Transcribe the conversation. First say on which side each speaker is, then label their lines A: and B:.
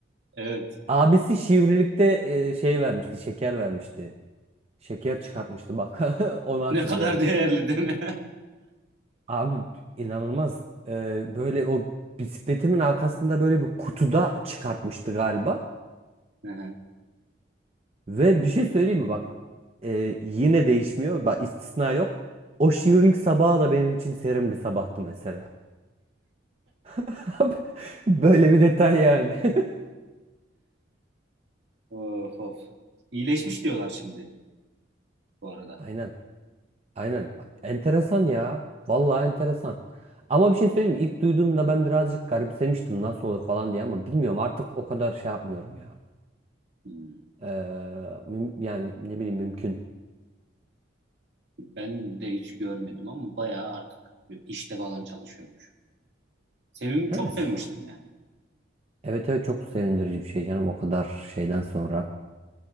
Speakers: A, on the right; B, on the right.
A: evet
B: Abisi şivrilikte e, şey vermişti, şeker vermişti. Şeker çıkartmıştı bak. <laughs> Onu hatırlıyorum.
A: ne kadar değerli değil mi?
B: Abi inanılmaz. E, böyle o bisikletinin arkasında böyle bir kutuda çıkartmıştı galiba.
A: <laughs>
B: Ve bir şey söyleyeyim mi bak e, yine değişmiyor bak istisna yok. O şiirlik sabahı da benim için serin bir sabahtı mesela. <laughs> Böyle bir detay yani. <laughs>
A: Of of. İyileşmiş diyorlar şimdi bu arada.
B: Aynen aynen enteresan ya vallahi enteresan. Ama bir şey söyleyeyim mi ilk duyduğumda ben birazcık garipsemiştim nasıl olur falan diye ama bilmiyorum artık o kadar şey yapmıyorum ya.
A: Hmm.
B: Ee, müm- yani ne bileyim mümkün.
A: Ben de hiç görmedim ama bayağı artık işte falan çalışıyormuş. Sevim
B: Evet.
A: çok sevmiştim yani.
B: Evet evet çok sevindirici bir şey canım o kadar şeyden sonra